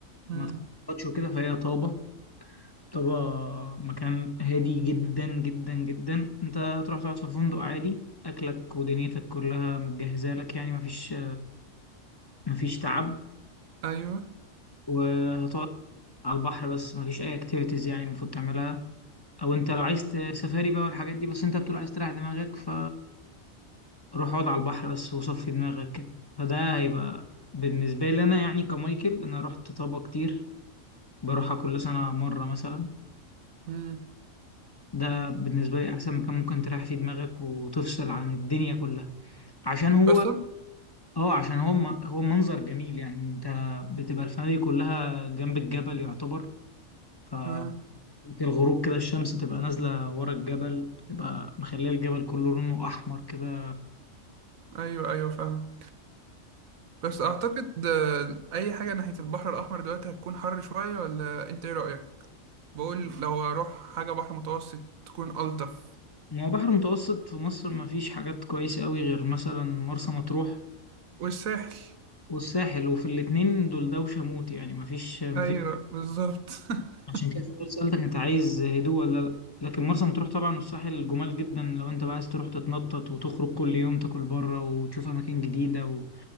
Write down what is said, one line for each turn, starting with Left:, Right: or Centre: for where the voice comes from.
Right: مم،
Left: ما تخططش وكده فهي طابة طابة مكان هادي جدا جدا جدا أنت هتروح تقعد في فندق عادي أكلك ودنيتك كلها متجهزة لك يعني مفيش مفيش تعب
Right: ايوه
Left: وهتقعد على البحر بس مفيش أي أكتيفيتيز يعني المفروض تعملها أو أنت لو عايز ت- سفاري بقى والحاجات دي بس أنت بتقول عايز تريح دماغك ف روح اقعد على البحر بس وصفي دماغك كده فده هيبقى بالنسبة لي أنا يعني كمايكل أنا رحت طابة كتير بروحها كل سنة مرة مثلا
Right: مم.
Left: ده بالنسبة لي أحسن مكان ممكن تريح فيه دماغك وتفصل عن الدنيا كلها عشان هو
Right: بس
Left: اه عشان هو م- هو منظر جميل يعني انت بتبقى الفنادق كلها جنب الجبل يعتبر ف
Right: آه.
Left: الغروب كده الشمس تبقى نازلة ورا الجبل تبقى مخلية الجبل كله لونه أحمر كده
Right: ايوه ايوه فاهمك بس اعتقد آه، اي حاجه ناحيه البحر الاحمر دلوقتي هتكون حر شويه ولا انت ايه رايك بقول لو اروح حاجه بحر متوسط تكون الطف
Left: ما هو بحر متوسط في مصر ما فيش حاجات كويسة قوي غير مثلا مرسى مطروح
Right: والساحل
Left: والساحل وفي الاتنين دول دوشة موت يعني ما فيش ما
Right: ايوه
Left: فيش
Right: بالظبط <laughs>
Left: عشان كده سألتك انت عايز هدوء ولا لا لكن مرسى مطروح طبعا والساحل جمال جدا لو انت بقى عايز تروح تتنطط وتخرج كل يوم تاكل بره وتشوف اماكن جديدة و...